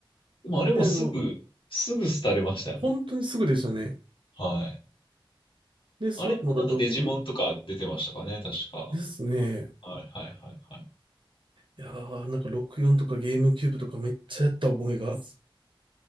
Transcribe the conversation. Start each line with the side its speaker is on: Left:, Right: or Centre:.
Left: でも、あれもすぐ、
Right: で、あの、
Left: すぐ廃れましたよね。
Right: 本当にすぐでしたね。
Left: はい。
Right: で、その後また6
Left: あれもなんかデジモンとか出てましたかね、確か。
Right: ですね。
Left: はい、はい、はい、はい。い
Right: いやー、なんか64とかゲームキューブとかめっちゃやった覚えが。